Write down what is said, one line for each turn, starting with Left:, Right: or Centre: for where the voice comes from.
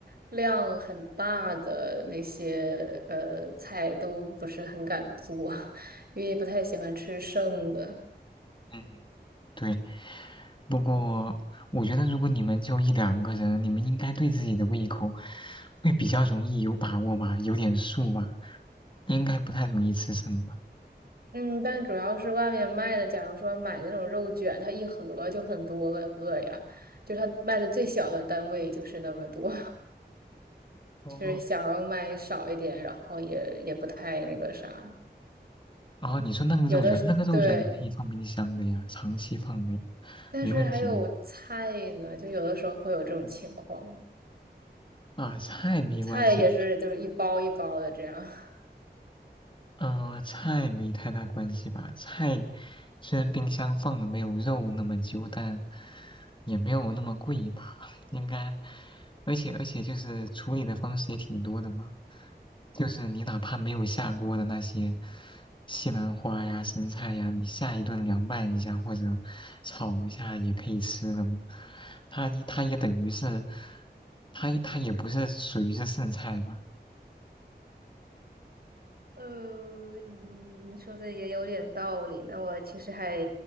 Right: 量很大的那些呃菜都不是很敢做，<laughs> 因为不太喜欢吃剩的。
Left: 嗯，对，不过我觉得如果你们就一两个人，你们应该对自己的胃口会比较容易有把握吧，有点数吧，应该不太容易吃剩吧。
Right: 嗯，但主要是外面卖的，假如说买那种肉卷，它一盒就很多个个呀，就它卖的最小的单位就是那么多，<laughs>
Left: 哦，
Right: 就是想要买少一点，然后也也不太那个啥，
Left: 哦，你说那个肉卷，
Right: 有的对。
Left: 那个肉卷你可以放冰箱的呀，长期放的呀，
Right: 但是还有菜呢，
Left: 没问题的呀
Right: 就有的时候会有这种情况。
Left: 啊，菜没关系，
Right: 菜也是就是一包一包的这样。<laughs>
Left: 嗯，菜没太大关系吧。菜虽然冰箱放的没有肉那么久，但也没有那么贵吧，<laughs> 应该。而且而且就是处理的方式也挺多的嘛，就是你哪怕没有下锅的那些西兰花呀、生菜呀，你下一顿凉拌一下或者炒一下也可以吃的嘛。它一它也等于是，它它也不是属于是剩菜吧？
Right: 呃，你你说的也有点道理，那我其实还